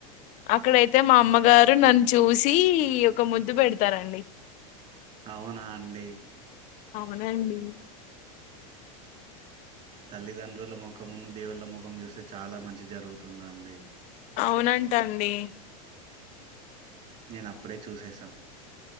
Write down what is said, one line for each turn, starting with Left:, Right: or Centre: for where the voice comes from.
Left: ఆకడయతే మా అమ్మగారు నన్ను చూసి ఒక ముద్దు పెడతారండి
Right: అవునా అండి
Left: అవునండి
Right: తల్లిదండ్రుల ముఖమున్న దేవుళ్ల ముఖం చూస్తే చాలా మంచి జరుగుతుందండి
Left: అవునంటండి
Right: నేను అప్పుడే చేసేసా